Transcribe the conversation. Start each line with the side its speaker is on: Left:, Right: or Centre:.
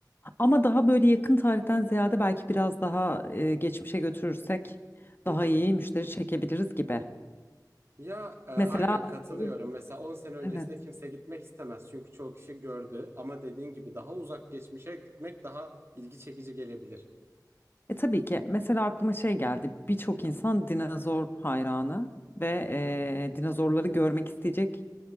Left: ama daha böyle yakın tarihten ziyade belki biraz daha e, geçmişe götürürsek
Right: hı
Left: daha
Right: hı.
Left: iyi müşteri çekebiliriz gibi.
Right: Ya e, aynen
Left: Mesela
Right: katılıyorum.
Left: e,
Right: Mesela 10 sene öncesinde
Left: evet.
Right: kimse gitmek istemez çünkü çoğu kişi gördü ama dediğin gibi daha uzak geçmişe gitmek daha ilgi çekici gelebilir.
Left: E tabii ki mesela aklıma şey geldi. Birçok insan dinozor hayranı ve
Right: Hı hı.
Left: e, dinozorları görmek isteyecek